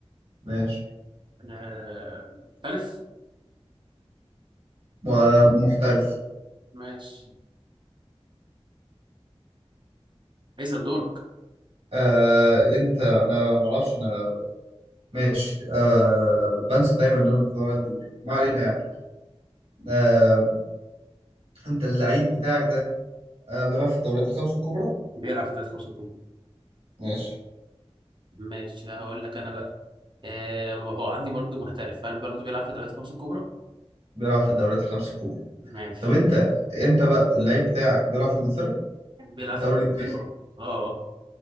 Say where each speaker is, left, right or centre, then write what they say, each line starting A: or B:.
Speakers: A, on the right (about 75°); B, on the right (about 50°).
A: ماشي
B: آه، محترف
A: م- محترف
B: ماشي اسال دورك
A: آه انت انا ما اعرفش انا ماشي آه بنسى دايما ان انا المفروض على الدور ما
B: آه،
A: علينا يعني آه انت اللعيب بتاعك ده آه بيلعب في الدوريات الخمس الكبرى
B: بيلعب في دوري خمسة الكبرى
A: ماشي
B: ماشي هقول لك انا بقى آه هو عندي برضو محترف هل برضو بيلعب في دوريات خمسة الكبرى
A: بيلعب في الدوريات الخمس الكبرى
B: ماشي
A: طب انت انت بقى اللعيب بتاعك بيلعب في انجلترا
B: بيلعب
A: الدوري
B: في انجلترا
A: الانجليزي
B: اه اه